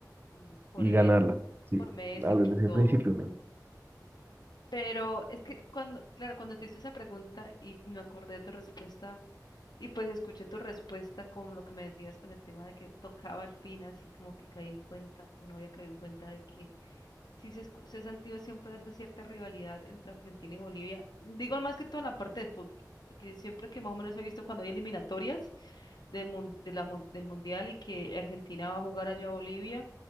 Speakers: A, on the left; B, on the right.
A: Mm, Por
B: y
A: él,
B: ganarla. Sí,
A: por Messi,
B: algo
A: por
B: desde
A: todo.
B: el principio me...
A: Pero es que cuando, claro, cuando te hice esa pregunta y me acordé de tu respuesta y pues escuché tu respuesta con lo que me decías con el tema de que tocaba al fin, así como que caí en cuenta o no había caído en cuenta de que sí se, escu- se ha sentido siempre esa cierta rivalidad entre Argentina y Bolivia. Digo más que todo en la parte del fútbol, porque siempre que más o menos he visto cuando hay eliminatorias de mun- de la mun- del Mundial y que Argentina va a jugar allá a Bolivia,